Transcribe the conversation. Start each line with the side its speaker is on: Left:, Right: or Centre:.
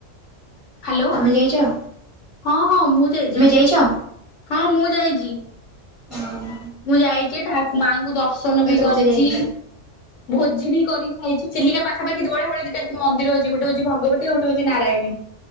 Left: ହାଲୋ
Right: ତମେ ଯାଇଚ?
Left: ହଁ ହଁ, ମୁଁ ଯାଇଚି।
Right: ଯାଇଛ?
Left: ହଁ, ମୁଁ ଯାଇଚି।
Right: ହଁ।
Left: ମୁଁ ଯାଇଚି, ଠାକୁ ମାଙ୍କୁ ଦର୍ଶନ ବି କରିଚି।
Right: ବୋଧେ ଯାଇଥିଲ?
Left: ଭୋଜି ବି କରି ଖାଇଛି। ଚିଲିକା ପାଖାପାଖି ବଢ଼ିଆ ବଢ଼ିଆ ଦିଟା ମନ୍ଦିର ଅଛି। ଗୋଟେ ହଉଛି ଭଗବତୀ ଆଉ ଗୋଟେ ହଉଚି ନାରାୟଣୀ।